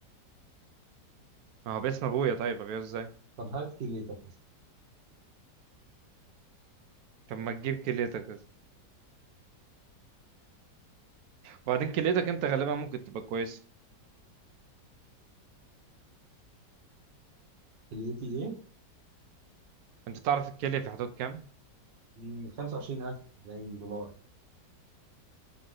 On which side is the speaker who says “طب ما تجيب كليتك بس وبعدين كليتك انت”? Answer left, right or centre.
Right